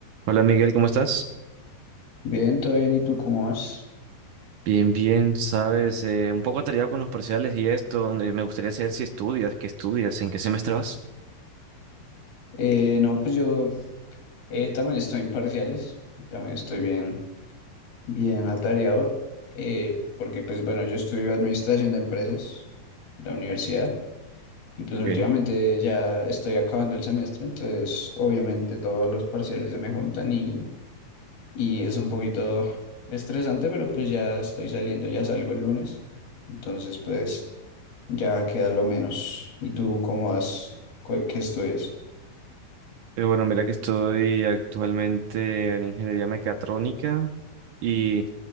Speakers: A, on the right; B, on the left.
A: Hola Miguel, ¿cómo estás?
B: Bien, todo bien. ¿Y tú cómo vas?
A: Bien, bien, sabes, eh, un poco atareado con los parciales y esto, donde me gustaría saber si estudias, qué estudias, en qué semestre vas.
B: Eh, no, pues yo eh, también estoy en parciales, también estoy bien, bien atareado, eh, porque pues bueno, yo estudio administración de empresas, la universidad, y pues
A: Ok.
B: últimamente ya estoy acabando el semestre, entonces obviamente todos los parciales se me juntan y, y es un poquito estresante, pero pues ya estoy saliendo, ya salgo el lunes, entonces pues ya queda lo menos. ¿Y tú cómo vas? ¿Cu- ¿Qué estudias?
A: Eh, bueno, mira que estoy actualmente en ingeniería mecatrónica y